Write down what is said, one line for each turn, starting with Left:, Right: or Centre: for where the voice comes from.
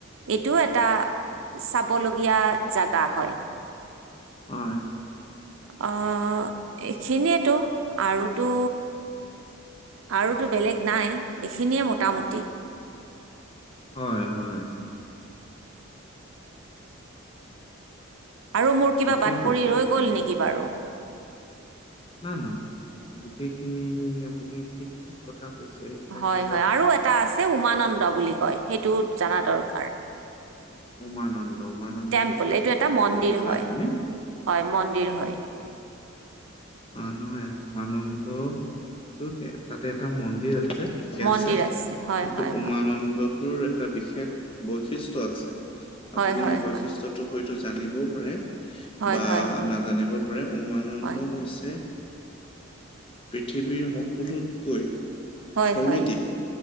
Right: এইটোও এটা চাবলগীয়া জাগা হয়।
Left: হয়।
Right: আহ এইখিনিয়েতো আৰু তো আৰু তো বেলেগ নাই এইখিনিয়ে মোটামুটি।
Left: হয়, হয়।
Right: আৰু মোৰ কিবা
Left: ঠিকেই
Right: বাট
Left: কৈছে
Right: পৰি ৰৈ
Left: আপুনি
Right: গ'ল নেকি বাৰু।
Left: না, ন, ন, গোটেইখিনি আপুনি ঠিক ঠিক কথা কৈছে এইবিলাক
Right: হয়,
Left: জেগাত
Right: হয়, আৰু এটা আছে উমানন্দ বুলি কয়, সেইটো জনা দৰকাৰ।
Left: উমানন্দ, উমানন্দটো
Right: টেম্পল
Left: কিয়
Right: এইটো
Left: বিখ্যাত
Right: এটা মন্দিৰ
Left: বুলি ভাবে
Right: হয়,
Left: আপুনি?
Right: হয়, মন্দিৰ হয়।
Left: অ' নহয় উমানন্দ টো তাতে এটা মন্দিৰ আছে। ঠিকে
Right: মন্দিৰ
Left: আছে,
Right: হয়
Left: কিন্তু,
Right: হয়
Left: উমানন্দটোৰ এটা বিশেষ বৈ বৈশিষ্ট্যৰ আছে, আপুনি
Right: হয় হয়
Left: সেই বৈশিষ্ট্যটো
Right: হয়
Left: হয়তো জানিবও পাৰে।
Right: হয়
Left: বা
Right: হয় হয়
Left: নাজানিব পাৰে, উমানন্দ
Right: হয়
Left: হৈছে। পৃথিৱীৰ সকলোতকৈ
Right: হয়,
Left: সৰু
Right: হয়।
Left: দ্বীপ